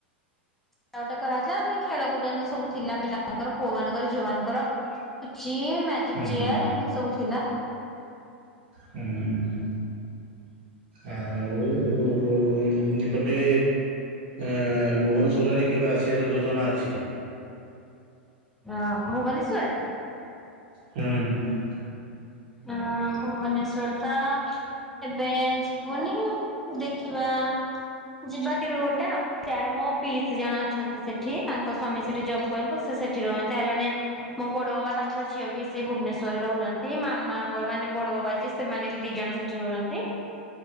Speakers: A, in the centre; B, on the right.
A: ଟା ଗୋଟେ କରାହେଇଥିଲା ଆପରେ ଖେଳ କୁଦ ଏନ୍ତି ସବୁ ଥିଲା ପିଲାମାନଙ୍କର ପୁଅମାନଙ୍କର ଝିଅମାନଙ୍କର। ପୁଚି ମ୍ୟାଜିକ୍
B: ହୁଁ ହୁଁ
A: ଚେୟାର୍ ଏମତି ସବୁ ଥିଲା।
B: ହୁଁ। ଆଉ ଉ ଏପଟେ ଆ ଭୁବନେଶ୍ୱର ଆଡେ କେବେ ଆସିବାର ଯୋଜନା ଅଛି?
A: ହଁ ଭୁବନେଶ୍ଵର?
B: ହୁଁ।
A: ଆଁ ଭୁବନେଶ୍ଵର ତ ଏବେ ଯିବୁନି ଦେଖିବା ଯିବା କେବେ ଗୋଟେ ଆଉ। ସିଆଡ଼େ ମୋ ପିଇସି ଜଣେ ଅଛନ୍ତି ସେଠି ତାଙ୍କ ସ୍ୱାମୀ ସେଠି ଜବ୍ କରନ୍ତି ସେ ସେଠି ରହନ୍ତି ଆଉ ଜଣେ ମୋ ବଡ଼ ବୋବା ତାଙ୍କ ଝିଅ ବି ସେ ଭୁବନେଶ୍ୱରରେ ରହୁଛନ୍ତି ମା ମା ମୋର ମାନେ ବଡ଼ ବୋବା ଯିଏ ସେମାନେ ବି ଦି ଜଣ ସେଠି ରହୁଛନ୍ତି।